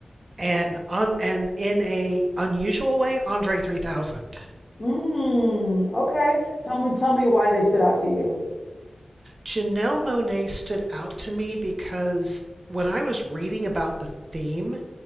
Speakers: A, on the right; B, on the left.
A: and on and in a unusual way, Andre 3000.
B: Mm, okay. Tell me tell me why they stood out to you.
A: Janelle Monae stood out to me because when I was reading about the theme,